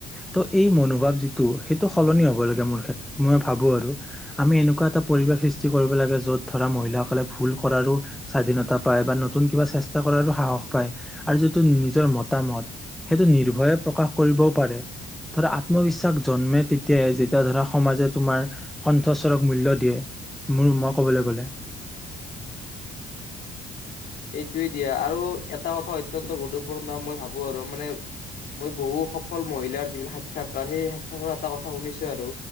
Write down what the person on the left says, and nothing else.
এইটোৱেই দিয়া আৰু এটা কথা অত্যন্ত গুৰুত্বপূৰ্ণ, মই ভাবো আৰু মানে মই বহু সফল মহিলাৰ যিবিলাক সাক সাক্ষাৎকাৰ, সেই সাক্ষাৎকাৰ এটা কথা শুনিছোঁ আৰু